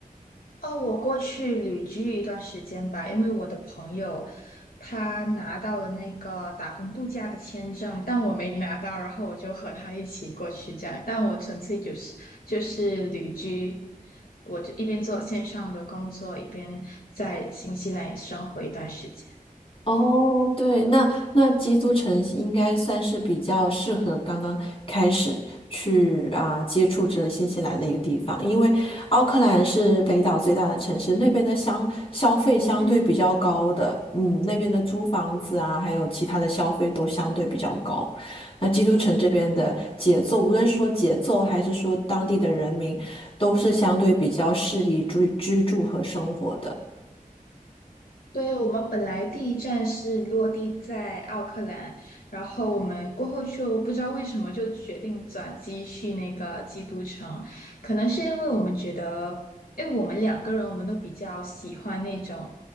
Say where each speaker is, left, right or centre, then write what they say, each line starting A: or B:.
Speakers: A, on the left; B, on the left.
A: 哦，我过去旅居一段时间吧，因为我的朋友他拿到了那个打工度假的签证，但我没拿到，然后我就和他一起过去这样，但我纯粹就是就是旅居，我就一边做线上的工作，一边在新西兰也生活一段时间。
B: 哦，对，那那基督城应该算是比较适合刚刚开始去啊、接触这新西兰的一个地方，因为奥克兰是北岛最大的城市，那边的相消费相对比较高的，
A: 嗯。
B: 嗯，那边的租房子啊，还有其他的消费都相对比较高。那基督城这边的节奏，无论是说节奏还是说当地的人民，都是相对比较适宜居居住和生活的。
A: 对，我们本来第一站是落地在奥克兰，然后我们过后就不知道为什么就决定转机去那个基督城，可能是因为我们觉得，因为我们两个人我们都比较喜欢那种